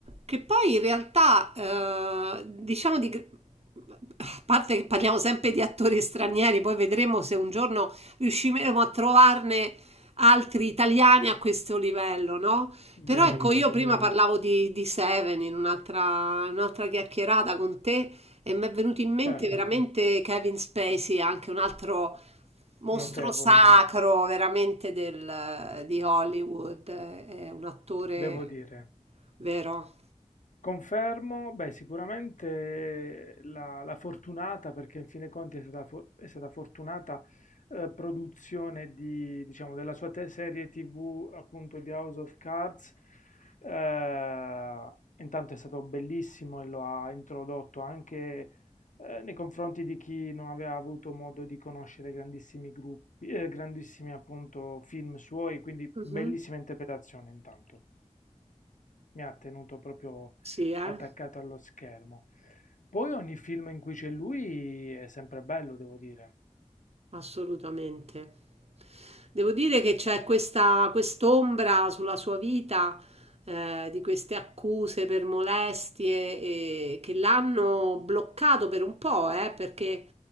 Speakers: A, on the right (about 55°); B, on the left (about 80°).
A: Che poi in realtà, eh, diciamo di... A parte che parliamo sempre di attori stranieri, poi vedremo se un giorno riusciremo a trovarne altri italiani a questo livello, no? Però
B: Vero,
A: ecco, io
B: vero,
A: prima parlavo di, di Seven in un'altra, un'altra chiacchierata con te e mi è venuto in mente
B: certo,
A: veramente Kevin Spacey, anche un altro mostro
B: notevole,
A: sacro veramente del- di Hollywood, è un attore
B: devo dire.
A: vero.
B: Confermo, beh, sicuramente la, la fortunata, perché in fin dei conti è stata, for- è stata fortunata eh, produzione di, diciamo, della sua te- serie TV, appunto di House of Cards. Eh, intanto è stato bellissimo e lo ha introdotto anche eh, nei confronti di chi non aveva avuto modo di conoscere grandissimi gruppi, eh, grandissimi appunto film suoi, quindi
A: Mhm,
B: bellissima interpretazione intanto. Mi ha tenuto proprio
A: Sì, eh,
B: attaccato allo schermo. Poi ogni film in cui c'è lui è sempre bello, devo dire.
A: assolutamente. Devo dire che c'è questa quest'ombra sulla sua vita, eh, di queste accuse per molestie, eh, che l'hanno bloccato per un po', eh, perché